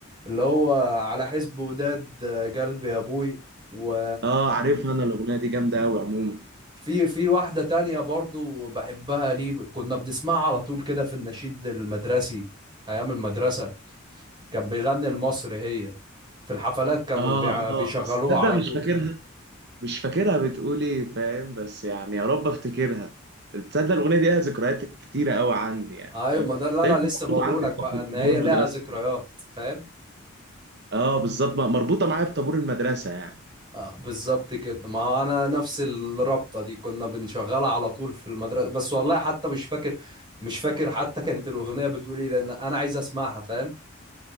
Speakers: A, on the right; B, on the right.
A: اللي هو على حسب وداد آه، قلبي يا ابوي و
B: آه عارفها أنا الأغنية دي جامدة أوي عموما
A: في في واحدة تانية برضو بحبها ليه كنا بنسمعها على طول كده في النشيد المدرسي أيام المدرسة كان بيغني المصري هي في الحفلات كانوا
B: آه
A: بيع- بيشغلوها
B: آه بس تصدق
A: على
B: مش
A: طول
B: فاكرها مش فاكرها بتقول ايه فاهم بس يعني يا رب افتكرها تصدق الاغنيه دي لها ذكريات كتيره قوي عندي يعني
A: أيوة
B: فاهم
A: ما ده اللي أنا
B: دايما
A: لسه
B: مربوطه
A: بقوله
B: عندي
A: لك بقى
B: بطابور
A: إن هي
B: المدرسه
A: لها ذكريات فاهم
B: اه بالظبط م- مربوطه معايا بطابور المدرسه يعني
A: آه بالظبط كده ما هو أنا نفس الرابطة دي كنا بنشغلها على طول في المدرسة بس والله حتى مش فاكر مش فاكر حتى كانت الأغنية بتقول إيه لأن أنا عايز أسمعها فاهم